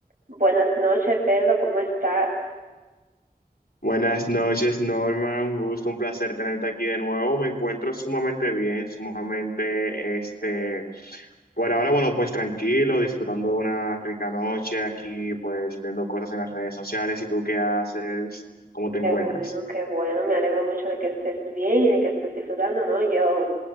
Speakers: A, on the right; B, on the left.
A: Buenas noches, Pedro, ¿cómo estás?
B: Buenas noches, Norma. Un gusto, un placer tenerte aquí de nuevo. Me encuentro sumamente bien, sumamente, este, por ahora, bueno, pues tranquilo, disfrutando de una rica noche aquí, pues viendo cosas en las redes sociales. ¿Y tú qué haces? ¿Cómo te
A: Qué
B: encuentras?
A: bueno, qué bueno, me alegro mucho de que estés bien y de que estés disfrutando, ¿no? Yo